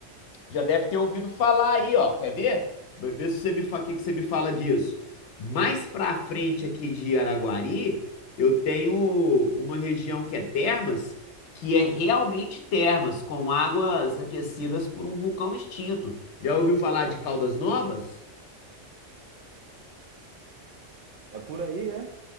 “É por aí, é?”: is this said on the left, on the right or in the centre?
Right